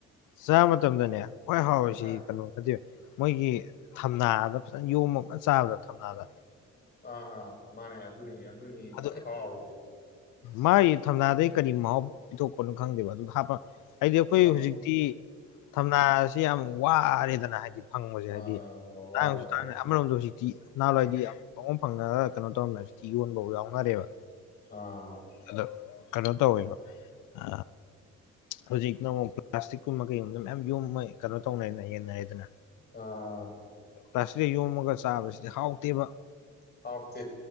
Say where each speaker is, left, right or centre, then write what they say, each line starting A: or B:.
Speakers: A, on the left (about 85°); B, on the left (about 30°).
A: ꯆꯥ ꯃꯇꯝꯗꯅꯦ ꯍꯣꯏ ꯍꯥꯎꯔꯤꯁꯤ
B: ꯑꯥ
A: ꯀꯩꯅꯣ ꯅꯠꯇ ꯃꯣꯏꯒꯤ ꯊꯝꯅꯥꯗ ꯐꯖꯅ ꯌꯣꯝꯃ ꯆꯥꯕꯗꯣ ꯊꯝꯅꯥꯗ
B: ꯑꯥ ꯑꯥ ꯃꯥꯅꯦ ꯑꯗꯨꯅꯦ ꯑꯗꯨꯅꯤ ꯈ꯭ꯋꯥꯏ
A: ꯑꯗꯨ
B: ꯍꯥꯎꯔꯤꯁꯦ
A: ꯃꯥꯒꯤ ꯊꯝꯅꯥꯗꯒꯤ ꯀꯔꯤ ꯃꯍꯥꯎ ꯄꯤꯊꯣꯛꯄꯅꯣ ꯈꯪꯗꯦꯕ ꯑꯗꯨ ꯍꯥꯞꯄ ꯍꯥꯏꯗꯤ ꯑꯩꯈꯣꯏ
B: ꯎꯝ
A: ꯍꯧꯖꯤꯛꯇꯤ ꯊꯝꯅꯥꯁꯤ ꯌꯥꯝ ꯋꯥꯔꯦꯗꯅ ꯍꯥꯏꯗꯤ ꯐꯪꯕꯁꯦ
B: ꯑꯥ
A: ꯍꯥꯏꯗꯤ
B: ꯋꯥꯔꯦ
A: ꯇꯥꯡꯉꯁꯨ
B: ꯋꯥꯔꯦ
A: ꯇꯥꯡꯅꯥ ꯑꯃꯔꯣꯝꯗ ꯍꯧꯖꯤꯛꯇꯤ ꯅꯍꯥꯟꯋꯥꯏꯗꯤ ꯄꯪ ꯐꯪꯅꯔꯒ ꯀꯩꯅꯣ ꯇꯧꯔꯝꯃꯤꯅ ꯍꯧꯖꯤꯛꯇꯤ ꯌꯣꯟꯕꯐꯥꯎ ꯌꯥꯎꯅꯔꯦꯕ
B: ꯑ
A: ꯑꯗꯣ ꯀꯩꯅꯣ ꯇꯧꯋꯦꯕ ꯑ ꯍꯧꯖꯤꯛꯅ ꯑꯃꯨꯛ ꯄ꯭ꯂꯥꯁꯇꯤꯛꯀꯨꯝꯕ ꯀꯩꯒꯨꯝꯕꯗ ꯃꯌꯥꯝ ꯌꯣꯝꯃꯥ ꯀꯩꯅꯣ ꯇꯧꯅꯅ ꯌꯦꯟꯅꯔꯦꯗꯅ
B: ꯑ
A: ꯄ꯭ꯂꯥꯥꯁꯇꯤꯛ ꯌꯣꯝꯃꯒ ꯆꯥꯕꯁꯤꯗꯤ ꯍꯥꯎꯇꯦꯕ
B: ꯍꯥꯎꯇꯦ